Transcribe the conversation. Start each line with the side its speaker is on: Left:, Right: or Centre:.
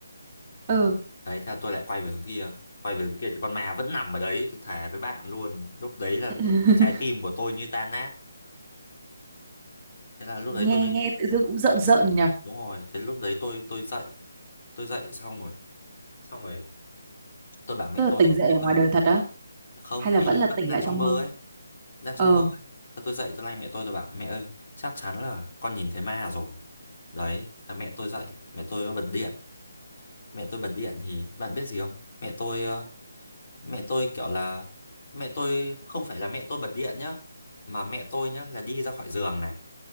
Right: ừ
Left: đấy theo tôi lại quay về hướng kia quay về hướng kia thì con ma vẫn nằm ở đấy tôi thề với bạn luôn lúc đấy là
Right: <laughs>
Left: trái tim của tôi như tan nát thế là lúc đấy
Right: nghe
Left: tôi mới
Right: nghe tự dưng cũng rợn rợn nhỉ
Left: đúng rồi thế lúc đấy tôi tôi dậy tôi dậy xong rồi xong rồi tôi bảo mẹ
Right: tức là
Left: tôi
Right: tỉnh
Left: là,
Right: dậy
Left: mẹ
Right: ở
Left: ơi
Right: ngoài đời thật á
Left: không
Right: hay là
Left: ý
Right: vẫn
Left: là
Right: là
Left: vẫn
Right: tỉnh
Left: đang
Right: lại
Left: trong
Right: trong
Left: mơ
Right: mơ
Left: ấy đang
Right: ờ
Left: trong mơ ấy thế tôi dậy tôi lay mẹ tôi tôi bảo mẹ ơi chắc chắn là con nhìn thấy ma rồi đấy là mẹ tôi dậy mẹ tôi bật điện mẹ tôi bật điện thì bạn biết gì không mẹ tôi ờ, mẹ tôi kiểu là mẹ tôi không phải là mẹ tôi bật điện nhá mà mẹ tôi nhá là đi ra khỏi giường này